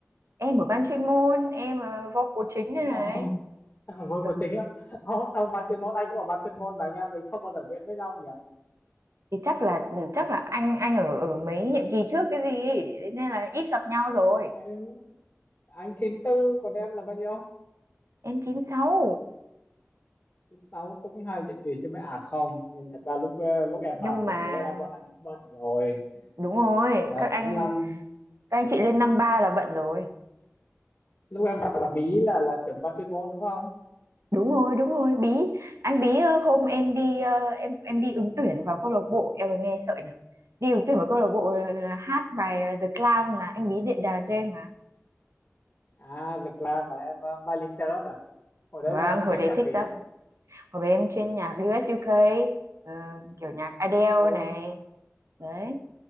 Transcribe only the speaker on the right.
Em ở ban chuyên môn, em ờ, vocal chính đây này.
Trời,
thì chắc là ừ, chắc là anh anh ở ở mấy nhiệm kỳ trước cái gì ấy, thế nên là ít gặp nhau rồi.
Em 96.
Nhưng
mà
đúng rồi,
các anh
các anh chị lên năm ba là bận rồi.
đúng rồi đúng rồi bí anh bí ờ, hôm em đi ờ, em em đi ứng tuyển vào câu lạc bộ em còn nghe sợ nhỉ đi ứng tuyển vào câu lạc bộ là, là hát bài ờ, The Clam là anh bí đệm đàn cho em mà
vâng
hồi
đấy
thích
lắm
hồi đấy em chuyên nhạc u US UK ờ, kiểu nhạc Adele
này
đấy